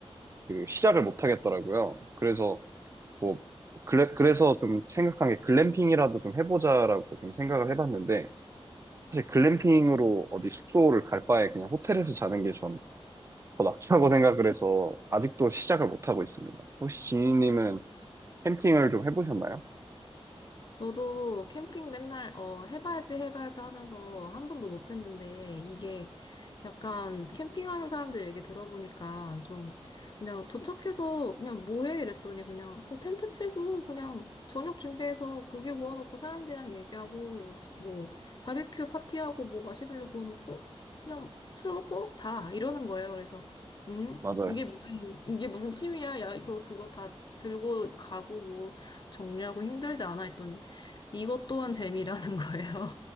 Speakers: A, on the right; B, on the left.
A: 그 시작을 못 하겠더라고요. 그래서 뭐, 그래, 그래서 좀 생각한 게 글램핑이라도 좀 해보자라고 좀 생각을 해봤는데, 사실 글램핑으로 어디 숙소를 갈 바에 그냥 호텔에서 자는 게 전 더 낫다고 <laughs> 생각을 해서 아직도 시작을 못하고 있습니다. 혹시 지니님은 캠핑을 좀 해보셨나요?
B: 저도 캠핑 맨날, 어, 해봐야지, 해봐야지 하면서 한 번도 못 했는데, 이게 약간 캠핑하는 사람들 얘기 들어보니까 좀, 그냥 도착해서 그냥 뭐 해? 이랬더니 그냥, 뭐 텐트 치고, 그냥 저녁 준비해서 고기 구워 먹고 사람들이랑 얘기하고, 뭐, 바베큐 파티하고, 뭐 마시멜로 구워 먹고, 그냥 술 먹고 자! 이러는 거예요. 그래서, 음?
A: 맞아요.
B: 이게 무슨, 이게 무슨 취미야? 야, 이거, 그거 다 들고 가고, 뭐, 정리하고 힘들지 않아 했더니, 이것 또한 재미라는 <laughs> 거예요.